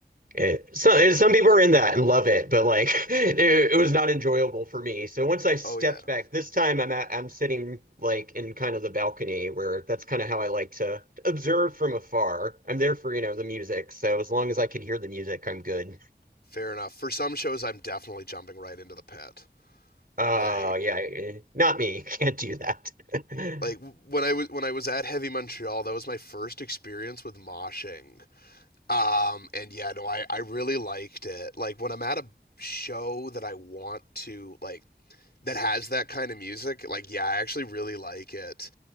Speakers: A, on the right (about 55°); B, on the left (about 65°).
A: it, some some people are in that and love it, but like <laughs> it, it was not enjoyable for me. So once I stepped
B: Oh yeah.
A: back, this time I'm at, I'm sitting like in kind of the balcony where that's kind of how I like to observe from afar. I'm there for, you know, the music. So as long as I can hear the music, I'm good.
B: Fair enough. For some shows, I'm definitely jumping right into the pit.
A: Uh
B: Like,
A: yeah, eh, not me. <laughs> Can't do that. <laughs>
B: like when I was when I was at Heavy Montreal, that was my first experience with moshing. Um, and yeah, no, I, I really liked it. Like when I'm at a show that I want to like that has that kind of music, like yeah, I actually really like it.